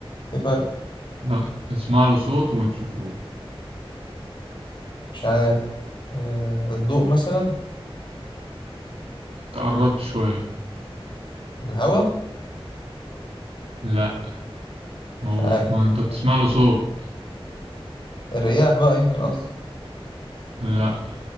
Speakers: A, on the left (about 50°); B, on the right (about 80°).
A: ايه فرق
B: لا تسمع له صوت وما تشوفوش
A: مش عارف آه الضوء مثلا
B: تقربت شوية
A: الهواء
B: لا ما
A: مش
B: هو
A: عارف
B: ما انت بتسمع
A: بقى.
B: له صوت
A: الرياح بقى يمكن قصدي
B: لا